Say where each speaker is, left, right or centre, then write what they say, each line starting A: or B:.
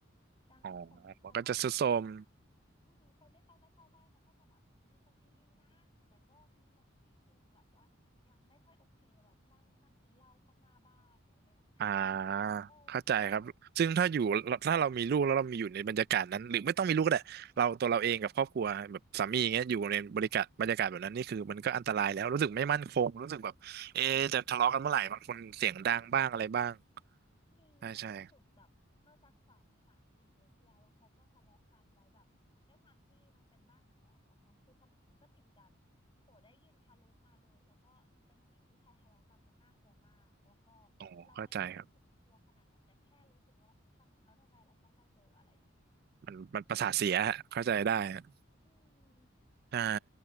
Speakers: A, on the left; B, on the right.
A: ดังนั้นคนที่เขามาเช่าบ้านอ่ะ
B: อ๋อมันก็จะทุดโทรม
A: อืมคนที่เขามาเช่าบ้านเขาก็จะแบบมีคนดีๆนะแต่ก็มีคนที่ดูแบบว่ายังไม่ค่อยโอเคแบบนั่งนั่งกินเหล้าข้างหน้าบ้านหรืออะไรแบบเนี้ย
B: อ่า
A: โอ้
B: เข้าใจครับซึ่งถ้าอยู่ถ้าเรามีลูกแล้วเรามีอยู่ในบรรยากาศนั้นหรือไม่ต้องมีลูกก็ได้เราตัวเราเองกับครอบครัวแบบสามีอย่างเงี้ยอยู่ในบริการบรรยากาศแบบนั้นนี่คือมันก็อันตรายแล้วรู้สึกไม่มั่นคงรู้สึกแบบเอะจะทะเลาะกันเมื่อไหร่บางคนเสียงดังบ้างอะไรบ้าง
A: มีเนี่ยล่าสุดแบบเมื่อสักสามสามสี่เดือนที่แล้วอะเขาก็ทะเลาะกันแล้วแบบด้วยความที่มันเป็นบ้านแฝดดังนั้นคือผนังมันก็ติดกันโหได้ยินทะลุมาเลยแล้วก็เป็นเสียงผู้ชายทะเลาะกันมันน่ากลัวมากแล้วก็
B: ใช่ใช่โอ้เข้าใจครับ
A: เราไม่ได้รู้สึกกลัวขนาดนั้นแต่แค่รู้สึกว่าทำแล้วทำไมเราต้องมาเจออะไรแบบเนี้ย
B: มันมันประสาทเสียฮะเข้าใจได้ฮะ
A: รู้สึกอืม
B: ใช่